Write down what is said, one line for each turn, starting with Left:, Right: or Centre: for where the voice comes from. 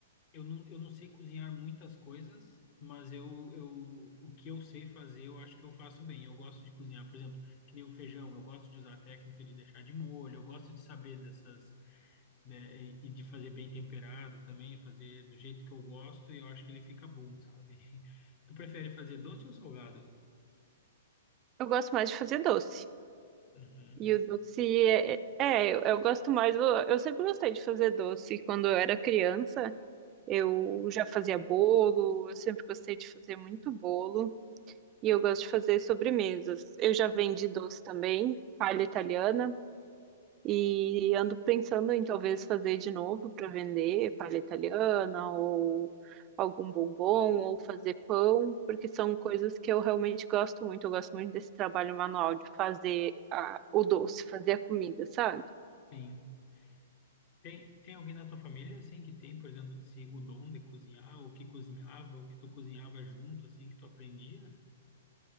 Left: Eu não, eu não sei cozinhar muitas coisas, mas eu, eu, o que eu sei fazer, eu acho que eu faço bem. Eu gosto de cozinhar, por exemplo, que nem o feijão, eu gosto de usar a técnica de deixar de molho, eu gosto de saber dessas, né, e e de fazer bem temperado também, fazer do jeito que eu gosto e eu acho que ele fica bom, sabe? <laughs> Tu prefere fazer doce ou salgado?
Right: Eu gosto mais de fazer doce.
Left: Uhum,
Right: E o doce é, é, é, eu, eu gosto mais. Eu, eu sempre gostei de fazer doce. Quando eu era criança, eu já fazia bolo. Eu sempre gostei de fazer muito bolo. E eu gosto de fazer sobremesas. Eu já vendi doce também, palha italiana. E ando pensando em talvez fazer de novo para vender palha italiana ou algum bombom ou fazer pão, porque são coisas que eu realmente gosto muito. Eu gosto muito desse trabalho manual de fazer a- o doce, fazer a comida, sabe?
Left: sim. Tem, tem alguém na tua família, assim, que tem, por exemplo, esse, o dom de cozinhar, ou que cozinhava, ou que tu cozinhava junto, assim, que tu aprendia?